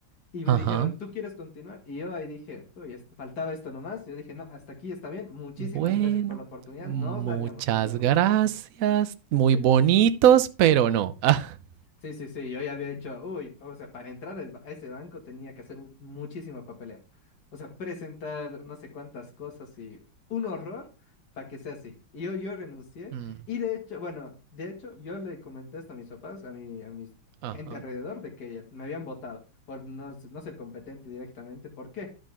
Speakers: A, on the left; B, on the right.
A: Y me
B: Ajá.
A: dijeron, ¿tú quieres continuar? Y yo ahí dije, uy, esto- faltaba esto nomás. Yo dije, no, hasta aquí está bien, muchísimas
B: Bueno.
A: gracias por la oportunidad,
B: Muchas
A: nos largamos, nos vemos.
B: gracias. Muy
A: Sí, sí.
B: bonitos, pero no. <laughs>
A: Sí, sí, sí, yo ya había hecho, uy, o sea, para entrar al ba- a ese banco tenía que hacer un- muchísimo papeleo. O sea, presentar no sé cuántas cosas y un horror para que sea así. Y yo, yo renuncié.
B: Ah, mm,
A: Y de hecho, bueno, de hecho, yo le comenté esto a mis papás, a mi, a mis
B: Ajá.
A: gente alrededor, de que me habían votado por no, s- no ser competente directamente. ¿Por qué?